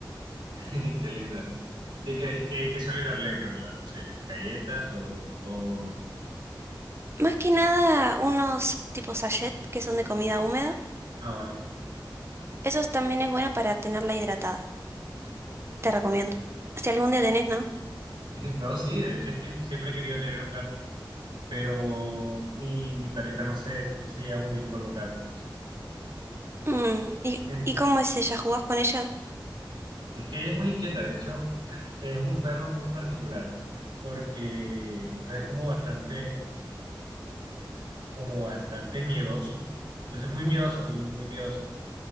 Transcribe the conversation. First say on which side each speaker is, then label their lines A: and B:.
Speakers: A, on the right; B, on the right.
A: <laughs> Qué linda. ¿Y qué, qué, qué sueles darle de premio? A ver, no sé, galletas o, o...
B: Más que nada, unos tipos sachet que son de comida húmeda.
A: Ah, vale.
B: Eso también es bueno para tenerla hidratada. Te recomiendo. Si algún día tenés, ¿no?
A: <laughs> No, sí, de hecho es que siempre he querido tener un gato, pero mi, mi perrita no se, no se lleva muy bien con los gatos. no sé.
B: Mm, ¿y,
A: En-
B: y cómo es ella? ¿Jugás con ella?
A: Es que ella es muy inquieta, de hecho, <clears throat> es un perro muy particular, porque o sea, es como bastante, como bastante miedoso. Después es muy miedosa, muy, muy miedosa.